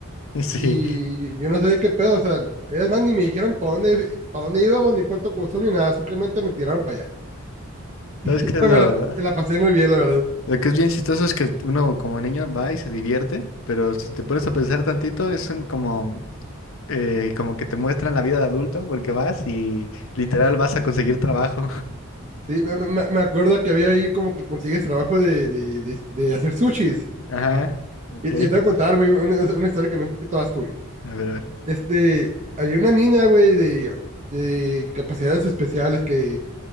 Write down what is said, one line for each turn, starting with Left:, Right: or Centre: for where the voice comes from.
Left: Sí.
Right: y yo no sé de qué pedo, o sea, ellas más ni me dijeron para dónde, para dónde íbamos, ni cuánto costó, ni nada, simplemente me tiraron para allá. <laughs>
Left: ¿Sabes qué
Right: Pero
Left: es lo...?
Right: me la, pa-
Left: <laughs>
Right: me la pasé muy bien, la verdad.
Left: Lo que es bien chistoso es que uno como niño va y se divierte, pero si te pones a pensar tantito, es un como, eh, como que te muestran la vida de adulto, porque vas y literal vas a conseguir trabajo.
Right: Sí, me, me- me- me acuerdo que había ahí como que consigues trabajo de, de, de, de hacer sushis.
Left: <laughs> Ajá.
Right: Y
Left: Y
Right: te,
Left: ahí,
Right: te voy a contar, güey, una, una historia que me dio un poquito de asco, güey.
Left: a ver, a ver.
Right: Este, había una niña, güey, de, de capacidades especiales que